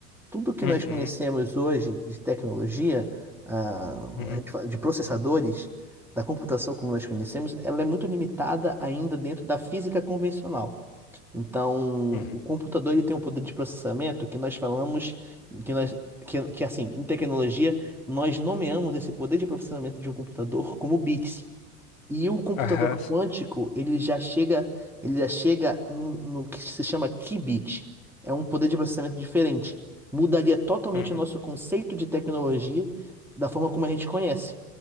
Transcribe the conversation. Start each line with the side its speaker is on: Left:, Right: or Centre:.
Centre: tudo que
Left: uhum,
Centre: nós conhecemos hoje de tecnologia, ah,
Left: uhum,
Centre: a gente fala de processadores, da computação como nós conhecemos, ela é muito limitada ainda dentro da física convencional. Então,
Left: uhum.
Centre: o computador ele tem um poder de processamento que nós falamos, que nós, que, que assim, em tecnologia, nós nomeamos esse poder de processamento de um computador como bits. E o computador
Left: Aham,
Centre: quântico, ele já chega, ele já chega no, no que se chama qubit. É um poder de processamento diferente. Mudaria totalmente
Left: uhum.
Centre: o nosso conceito de tecnologia da forma como a gente conhece.